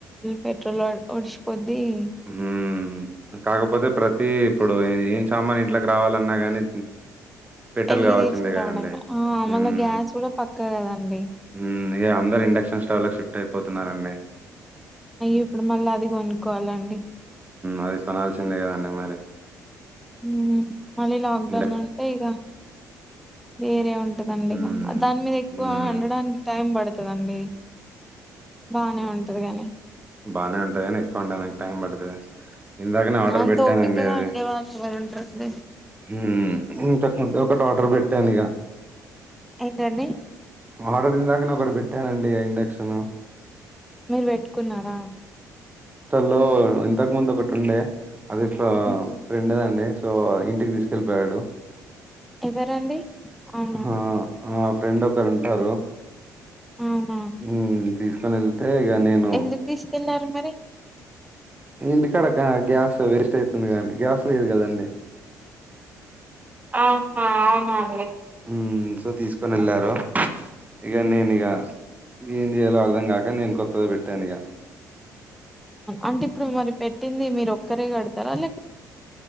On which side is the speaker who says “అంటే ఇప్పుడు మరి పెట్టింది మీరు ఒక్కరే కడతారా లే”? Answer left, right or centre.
Centre